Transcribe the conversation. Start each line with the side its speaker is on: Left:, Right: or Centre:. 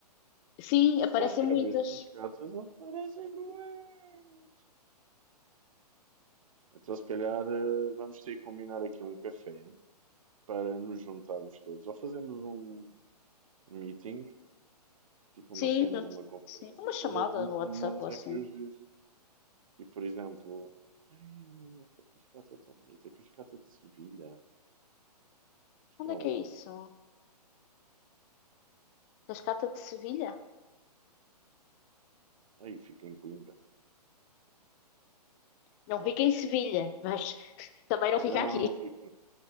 Left: Sim, aparecem
Right: só escreves
Left: muitas.
Right: que os gatos aparecem bués. Então, se calhar, eh, vamos ter que combinar aqui um café para nos juntarmos todos. Ou fazemos um um meeting, tipo
Left: Sim,
Right: uma cena,
Left: junto-
Right: uma conferência,
Left: sim. Uma chamada
Right: para como
Left: no
Right: planearmos
Left: WhatsApp ou assim.
Right: aqui os dias. Tipo, por exemplo, "Ei, esta cascata é tão bonita, cascata de Sevilha. Isto
Left: Onde
Right: é
Left: é
Right: onde?
Left: que é isso? Cascata de Sevilha?
Right: Aí fica em Coimbra.
Left: Não fica em Sevilha, mas <laughs> também não
Right: Não,
Left: fica aqui.
Right: fica em-